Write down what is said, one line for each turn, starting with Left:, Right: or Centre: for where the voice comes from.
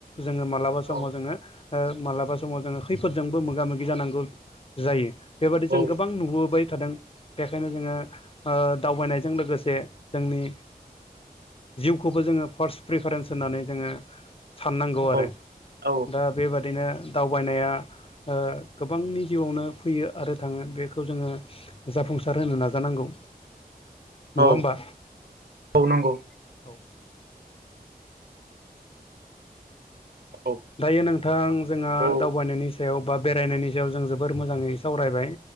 Left: जोङो मालाबा
Right: औ
Left: समाव जोङो मालाबा समाव जोङो खैफोजोंबो मोगा मोगि जानांगौ जायो बेबादि
Right: औ
Left: जों गोबां नुबोबाय थादों बेखायनो जोङो दावबायनायजों लोगोसे जोंनि जिउखौबो जोङो फार्स्ट प्रिफारेन्स होननानै जोङो साननांगौ
Right: औ
Left: आरो
Right: औ
Left: दा बेबादिनो दावबायनाया गोबांनि जिउआवनो फैयो आरो थाङो बेखौ जोङो जाफुंसार होनो नाजानांगौ। नङा
Right: औ
Left: होमबा
Right: औ नांगौ
Left: औ
Right: औ
Left: दायो नोंथां जोंहा
Right: औ
Left: दावबायनायनि सायाव बा बेरायनायनि सायाव जों जोबोर मोजाङै सावरायबाय,